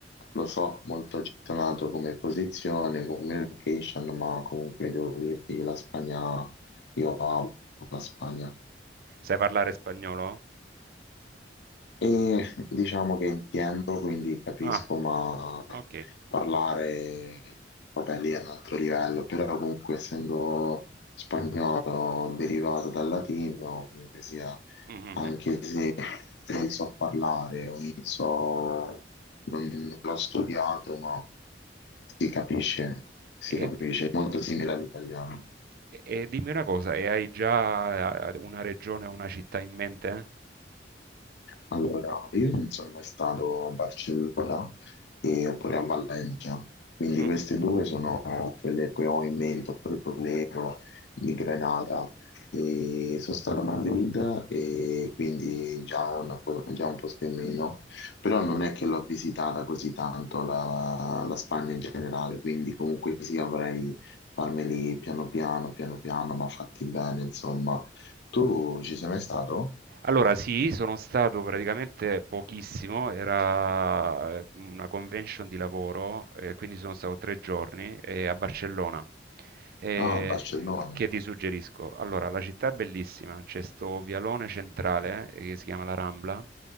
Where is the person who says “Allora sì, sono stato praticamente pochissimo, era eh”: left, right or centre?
Right